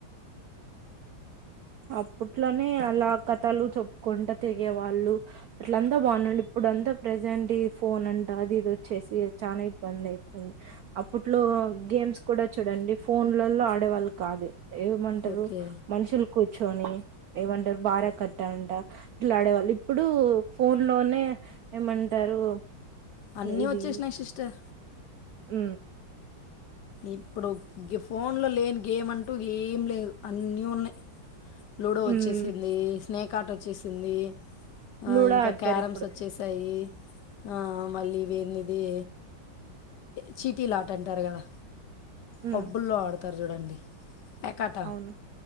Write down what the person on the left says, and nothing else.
ఓకే
అన్నీ
వచ్చేసినాయి సిస్టర్
ఇప్పుడు ఫోన్ లో లేని గేమ్ అంటూ ఏం లేదు అన్నీ ఉన్నాయి లూడో వచ్చేసింది
స్నేకాట్ వచ్చేసింది అ
ఇంకా
క్యారమ్స్
వచ్చేసి వస్తాయి అ మళ్ళీ వేనిది చీటీ ఆట అంటారు గదా
పబ్బుల్లో ఆడతారు చూడండి పేకాట